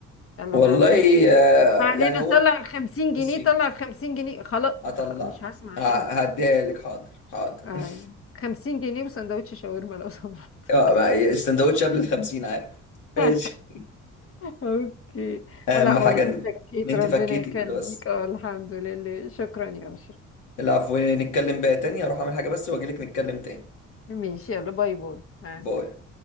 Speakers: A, on the left; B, on the left.
A: يلا
B: والله
A: ما علينا
B: آه،
A: ما علينا
B: يعني هو
A: طلع ال 50 جنيه
B: بصي
A: طلع ال 50 جنيه خلاص
B: هطلع
A: خ- مش هسمع
B: ه-
A: حاجه
B: هديها لك حاضر حاضر
A: آه،
B: <laughs>
A: 50 جنيه وسندوتش شاورما لو سمحت
B: آه، ما- السندوتش قبل الخمسين عارف ماشي
A: <laughs> اوكي
B: اهم
A: ولا والله
B: حاجه ان
A: شكيت
B: إن انت
A: ربنا
B: فكيتي
A: يخليك
B: كده بس
A: اه الحمد لله شكرا يا اشرف
B: العفو نتكلم بقى تاني اروح اعمل حاجه بس واجي لك نتكلم تاني
A: ماشي يلا باي باي مع
B: باي
A: السلامة